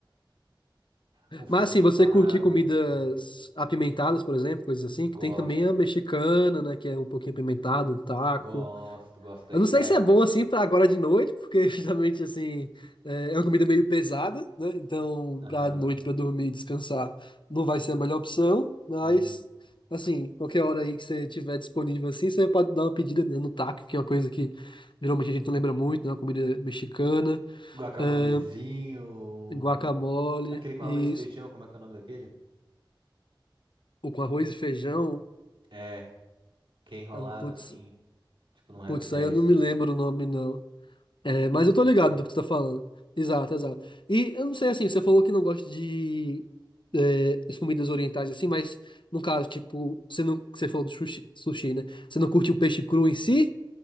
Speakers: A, on the right; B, on the left.
A: um fruto
B: Mas assim,
A: do
B: você
A: mar,
B: curte
A: um
B: comidas
A: hambúrguer.
B: apimentadas, por exemplo, coisas assim, que
A: Gosto,
B: tem também a mexicana, né? Que é um pouquinho apimentado, um taco.
A: gosto, gosto
B: Eu
A: aí.
B: não sei
A: É,
B: se é
A: aí.
B: bom assim para agora de noite, porque <laughs> justamente assim é é uma comida meio pesada, né? Então,
A: Aham.
B: para noite para dormir e descansar, não vai ser a melhor opção, mas
A: uhum.
B: assim, qualquer hora aí que você tiver disponível assim, você pode dar uma pedida, né, no taco, que é uma coisa que geralmente a gente não lembra muito, né? Uma comida mexicana,
A: Um guacamolezinho,
B: ahn,
A: um-
B: guacamole
A: aquele com
B: e
A: arroz e feijão,
B: isso,
A: como é que é o nome daquele?
B: ou com arroz e feijão.
A: É, que é enrolado
B: ahn, Putz,
A: assim, tipo num Rap
B: putz,
A: dez,
B: aí eu não me lembro o nome não. É, mas
A: Esqueci.
B: eu tô ligado do que tu tá falando. Exato, exato. E eu não sei assim, você falou que não gosta de é, as comidas orientais assim, mas no caso, tipo, você não, você falou do sushi, sushi, né? Você não curte o peixe cru em si?